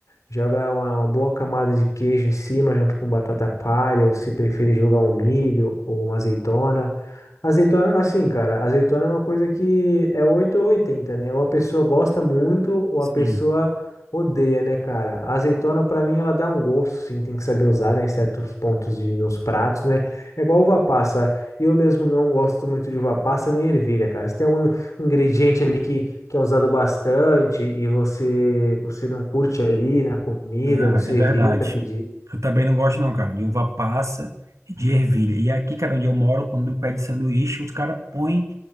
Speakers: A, on the left; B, on the right.
A: joga uma, uma boa camada de queijo em cima, junto com batata palha, ou se preferir jogar um milho ou uma azeitona. Azeitona, assim, cara, azeitona é uma coisa que é 8 ou 80, né? Ou a pessoa gosta muito, ou
B: Sim.
A: a pessoa odeia, né, cara? A azeitona, pra mim, ela dá um gosto, sim, tem que saber usar, né, em certos pontos de, nos pratos, né? É igual uva passa. Eu mesmo não gosto muito de uva passa nem ervilha, cara. Se tem algum ingrediente ali que que é usado bastante e você você não curte ali na comida,
B: Ah,
A: você
B: é verdade.
A: evita pedir.
B: Eu também não gosto, não, cara, de uva passa e de ervilha. E aqui, cara, onde eu moro, quando pede sanduíche, os caras põem